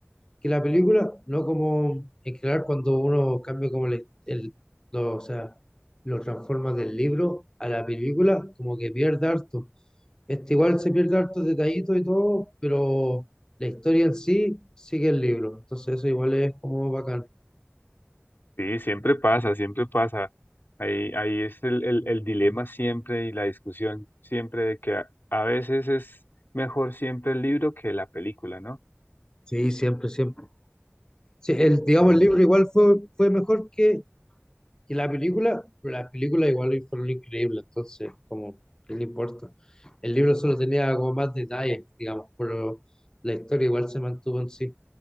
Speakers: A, on the left; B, on the left.
A: que la película, no como en general cuando uno cambia como el, el- lo, o sea, lo transforma del libro a la película, como que pierde harto. Este igual se pierde harto detallitos y todo, pero la historia en sí sigue el libro. Entonces eso igual es como bacán.
B: Sí, siempre pasa, siempre pasa. Ahí, ahí es el, el, el dilema siempre y la discusión siempre de que a, a veces es mejor siempre el libro que la película, ¿no?
A: Sí, siempre, siempre. Sí, el, digamos,
B: Sí.
A: el libro igual fue, fue mejor que Y la película, las películas igual fueron increíbles, entonces, como, ¿qué le importa? El libro solo tenía como más detalles, digamos, pero la historia igual se mantuvo en sí.